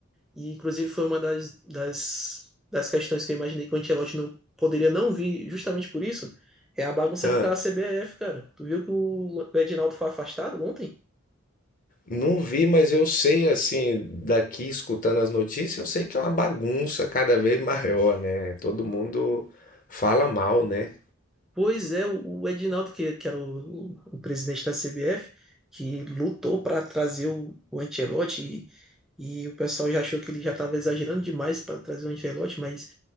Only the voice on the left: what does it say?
Ah.
Não vi, mas eu sei, assim, daqui escutando as notícias, eu sei que é uma bagunça cada vez maior, né? Todo mundo fala mal, né?